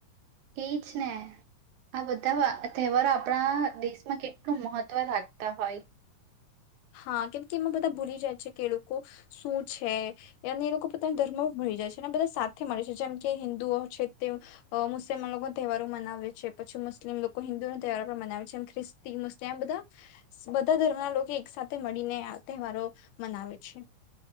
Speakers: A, on the right; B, on the left.
A: એજ ને આ બધા તહેવારો આપડા દેશમાં કેટલું મહત્વ રાખતા હોય
B: હા, કેમકે એમાં બધા ભૂલી જાય છે કે એ લોકો શું છે અને એ લોકો પોતાના ધર્મ ભૂલી જાય છે બધા સાથે મળે છે જેમ કે હિન્દુઓ છે તેઓ અહ મુસ્લિમન તહેવારો મનાવે છે પછી મુસ્લિમ લોકો હિન્દુઓ તહેવારો પણ મનાવે છેમ ખ્રિસ્તી મુસ્લિમ એમ બધા બધા ધર્મના લોકો એક સાથે મળીને આ તહેવારો મનાવે છે.